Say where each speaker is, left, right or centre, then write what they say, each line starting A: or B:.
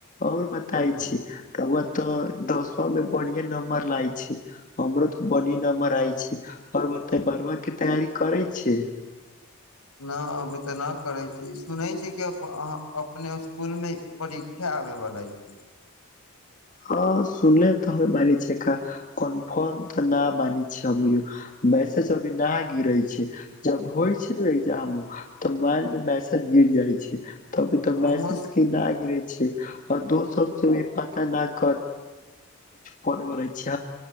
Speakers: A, on the left; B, on the left.
A: और बताय
B: ह
A: छी त तऽ दसवा मे बढ़िया नम्बर लाय छै हमरो ते बढ़िया नंबर आय छै और बता बारवा केँ तैयारी करैत छियैक
B: नहि अभी तऽ नहि करैत छी सुनै छीय कि अहाँ अपने इसकुलमे परीक्षा आबेबला छैक
A: ह सुने तऽ मान छियै कन्फर्म तऽ नहि मानय छियैक हम मैसेज अभी न गिरे छैक जब होइ छै ने ए्जाम तऽ मोबाइल मे मैसेज गिर जाय छैक तब तऽ
B: हमहुँ
A: मैसेज केँ न गिरे आऔ दोस भी पता न छ पढ़वला छी